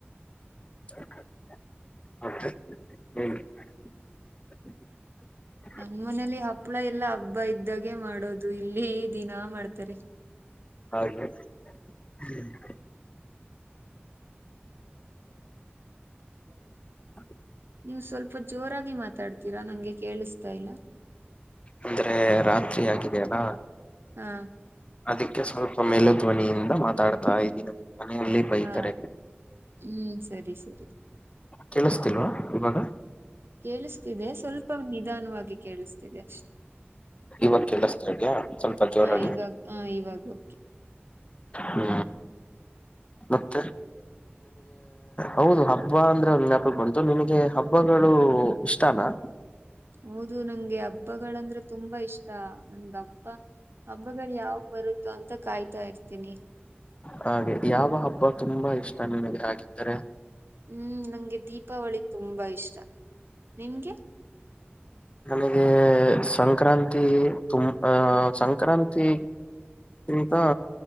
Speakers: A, on the left; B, on the right.
A: <inaudible>
B: ನಮ್ಮ ಮನೇಲಿ ಹಪ್ಳ ಎಲ್ಲಾ ಹಬ್ಬ ಇದ್ದಾಗೆ ಮಾಡೋದು ಇಲ್ಲಿ ದಿನ ಮಾಡ್ತಾರೆ.
A: ಹಾಗೆ ಹ್ಮ್. <inaudible>
B: ನೀವು ಸ್ವಲ್ಪ ಜೋರಾಗಿ ಮಾತಾಡ್ತೀರಾ ನಂಗೆ ಕೇಳಿಸತಾ ಇಲ್ಲ.
A: ಅಂದ್ರೆ ರಾತ್ರಿ ಆಗಿದ ಅಲ್ಲಾ.
B: ಹಾ.
A: ಅದಕ್ಕೆ ಸ್ವಲ್ಪ ಮೇಲ್ಲ ಧ್ವನಿಯಿಂದ ಮಾತಾಡ್ತಾ ಇದ್ದೀನಿ ಮನೆಯಲ್ಲಿ. ಬೈತಾರೆ
B: ಹಾ ಹ್ಮ್ ಸರಿ ಸರಿ.
A: ಕೆೇಳಸತಿಲ್ವಾ ಇವಾಗ.
B: ಕೇಳಿಸ್ತಿದೆ ಸ್ವಲ್ಪ ನಿಧಾನವಾಗಿ ಕೇಳಿಸ್ತಿದೆ ಅಷ್ಟೆ.
A: ಇವಾಗ ಕೇಳಸ್ತಾ ಇದ್ಯ ಸ್ವಲ್ಪ ಜೋರಾಗಿ.
B: ಹಾ ಇವಾಗ ಹಾ ಇವಾಗ ಓಕೆ.
A: ಹ್ಮ ಮತ್ತ ಹೌದು ಹಬ್ಬ ಅಂದ್ರೆ ಒಂದು ನ್ಯಾಪಕ್ ಬಂತು ನಿಮಗೆ ಹಬ್ಬಗಳು ಇಷ್ಟಾನಾ.
B: ಹೌದು ನಂಗೆ ಹಬ್ಬಗಳಂದ್ರೆ ತುಂಬಾ ಇಷ ನಮ್ಗ ಹಬ್ಬ ಹಬ್ಬಗಳ ಯಾವಾಗ ಬರುತ್ತೋ ಅಂತ ಕಾಯ್ತಾ ಇರ್ತೀನಿ.
A: ಹಾಗೆ ಯಾವ ಹಬ್ಬ ತುಂಬಾ ಇಷ್ಟ ನನಗೆ ಆಗಿದ್ದರೆ.
B: ಹ್ಮ್ ನಂಗೆ ದೀಪಾವಳಿ ತುಂಬಾ ಇಷ್ಟ ನಿಮ್ಗೆ.
A: ನನಗೆ ಸಂಕ್ರಾಂತಿ ತುಂಬ ಸಂಕ್ರಾಂತಿ. ಕ್ಕಿಂತ